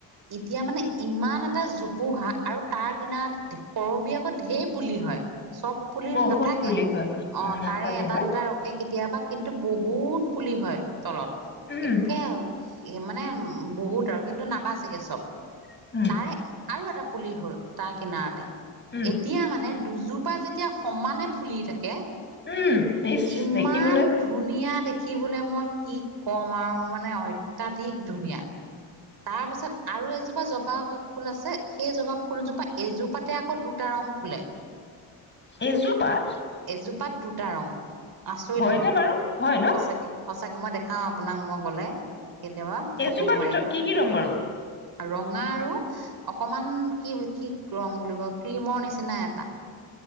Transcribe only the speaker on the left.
বহুত
পুলি হয়
নাথাকে
ন?
উম,
উম।
উম,
উম, ইচ
দেখিবলৈ
এজোপাত?
হয়নে
বাৰু হয় ন?
এজোপাত দুটা
কি কি ৰং বাৰু।